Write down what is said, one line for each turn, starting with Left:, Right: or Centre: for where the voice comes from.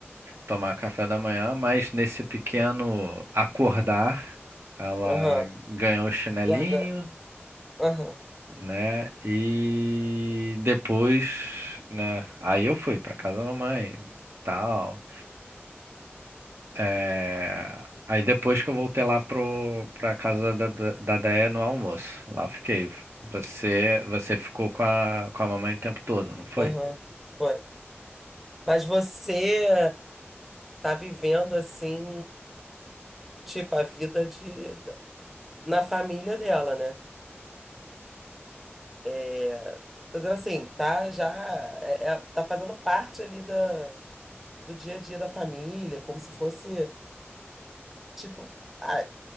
Right: tomar café da manhã, mas nesse pequeno acordar, ela
Centre: Aham.
Right: ganhou o chinelinho.
Centre: Já. ga- Aham.
Right: né? E depois, né? Aí eu fui pra casa da mamãe, tal. É, Aí depois que eu voltei lá pro pra casa da, da, da Déia no almoço, lá eu fiquei. Você você ficou com a com a mamãe o tempo todo, não foi?
Centre: Aham. Foi. Mas você. tá vivendo assim, tipo, a vida de na família dela, né? É, Tô dizendo assim, tá já é- é- tá fazendo parte ali da, do dia a dia da família, como se fosse, tipo, ah,